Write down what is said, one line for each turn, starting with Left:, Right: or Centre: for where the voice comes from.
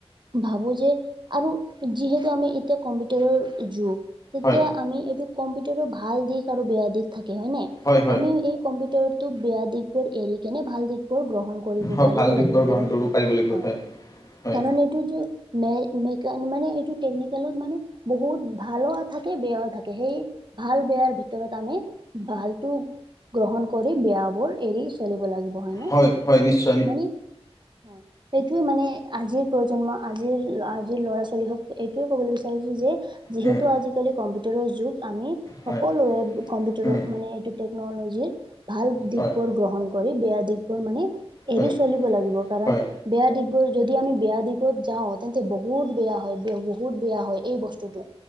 Right: ভাবোঁ যে আৰু যিহেতু আমি এতিয়া কম্পিউটাৰৰ যুগ। তেতিয়া
Left: হয়
Right: আমি এইটো কম্পিউটাৰো ভাল দিশ আৰু বেয়া দিশ থাকে হয়নে।
Left: হয় হয়
Right: আমি এই কম্পিউটাৰত তো বেয়া দিশবোৰ এৰি কেনে ভাল দিশবোৰ গ্ৰহণ কৰিব
Left: হয়
Right: পাৰিব
Left: ভাল দিশবোৰ
Right: লাগব
Left: গ্ৰহণ
Right: কাৰন
Left: কৰিব পাৰিব লাগিব
Right: হয়
Left: হয়।
Right: কাৰন টো টো মে মেকান মানে এইটো টেকনিকেলত মানে বহুত ভালও থাকে, বেয়াও থাকে সেই ভাল বেয়াৰ ভিতৰত আমি ভালটো গ্ৰহণ কৰি বিয়াবোৰ এৰি চলিব লাগিব হয়নে?
Left: হয় হয় নিশ্চ
Right: মানে হয়। এইটোৱে মানে আজিৰ প্ৰজন্ম আজিৰ আজিৰ ল'ৰা - ছোৱালীহক এইটোৱে কবলৈ বিচাৰিছোঁ যে যিহেতু
Left: হয়
Right: আজিকালি কম্পিউটাৰৰ যুগ, আমি
Left: হয়
Right: সকলো কম্পিউটাৰ
Left: উম,
Right: মানে এইটো টেকনলজিৰ ভাল দিশবোৰ
Left: হয়
Right: গ্ৰহণ কৰি বেয়া দিশবোৰ মানে এৰি
Left: হয়
Right: চলিব লাগিব কাৰণ
Left: হয়
Right: বেয়া দিশবোৰ যদি আমি বেয়া দিগত যাওঁ তেন্তে বহুত বেয়া হয় বে হব বহুত বেয়া হয় এই বস্তুটো,